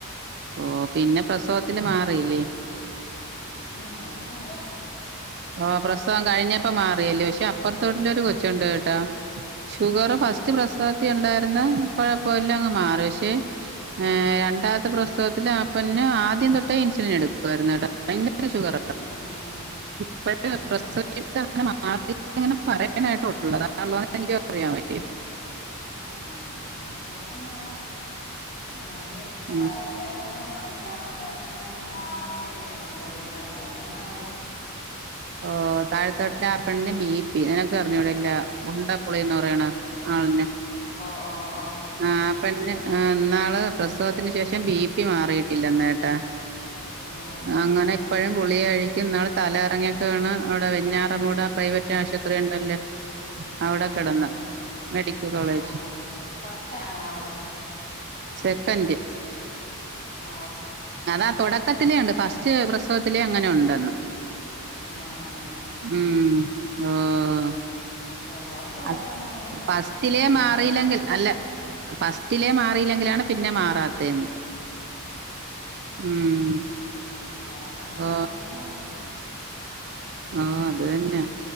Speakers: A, on the right; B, on the left.
A: ആ പിന്ന പ്രസവത്തില് മാറീല്ലേ
B: ഉം അതിലു മാറി
A: ഓ പ്രസവം
B: ഉം
A: കഴിഞ്ഞപ്പ മാറിയല്ല്യോ പക്ഷെ അപ്രത്തോട്ടിലൊരു കൊച്ചുണ്ട് കേട്ടോ ഷുഗർ
B: ആഹ്
A: ഫസ്റ്റ് പ്രസവത്തി ഉണ്ടായിരുന്ന് കുഴപ്പില്ല അങ്ങ് മാറി പക്ഷേ ഏഹ് രണ്ടാമത്തെ പ്രസ <unintelligible> ആപ്പന്നെ ആ ആദ്യം തൊട്ടേ ഇൻസുലിൻ എടുക്കുമായിരുന്നു കേട്ടോ ഭയങ്കര ഷുഗറാ
B: ആഹ് ആഹ്
A: ഇപ്പോഴ
B: ആഹ്
A: പ്രസ <unintelligible> <unintelligible>
B: ഉം ഉം എനിക്കപ്പ മാ <inaudible> ഞാനൊരു എട്ട
A: ഉം
B: <inaudible> <inaudible> ഇൻസുലിൻ എടുത്തത് അത് കഴിഞ്ഞങ്ങ് മാറി
A: ഓ താഴത്തോ <unintelligible> ബീം പി നിനക്ക് അറിഞ്ഞൂടെ ഇല്ല ഉണ്ടപ്പുളീന്ന് പറയണ ആളിനെ
B: ഓ
A: ആ പിന്നെ ആ എന്നാ ആ പ്രസവത്തിന് ശേഷം ബി പി മാറിയിട്ടില്ലന്ന് ട്ടാ
B: ഉം ഉം
A: അങ്ങനെ ഇപ്പഴും ഗുളിക കഴിക്കും ഇന്നാളിൽ തലയറങ്ങിയൊക്കെ വീണ് അവിടെ വെഞ്ഞാറമൂട് ആ പ്രൈവറ്റ് ആശുപത്രി ഉണ്ടല്ലോ അവിടെ
B: ഉം
A: കെടന്ന്
B: ഉം
A: മെഡിക്കൽ കോളേജ്
B: ഓ ഫസ്റ്റ് ആണോ അവക്ക്
A: സെക്കൻ്റ് ഉ <inaudible>
B: ഓ
A: അതാ തൊടക്കത്തിലേ ഒണ്ട്. ഫസ്റ്റ് പ്രസവത്തിലെ അങ്ങനെ ഒണ്ടെന്ന്
B: ആഹ് ആഹ് ആഹ്
A: ഉം ആഹ്
B: ചെലോർക്ക് കൊഴപ്പം
A: അത്
B: കാണൂല ചെലോർക്ക്
A: ഫസ്റ്റിലേ
B: മിക്കോള്ളോർക്കും
A: മാറിയില്ലെങ്കിൽ അല്ല ഫസ്റ്റിലേ മാറില്ലെങ്കിലാണ് പിന്നെ മാറത്തെ എന്ന് ഉം
B: കറക്ക മിക്കുള്ളവർക്കും
A: ഓ
B: വരും.
A: ഓ അത് തന്നെ
B: ഉം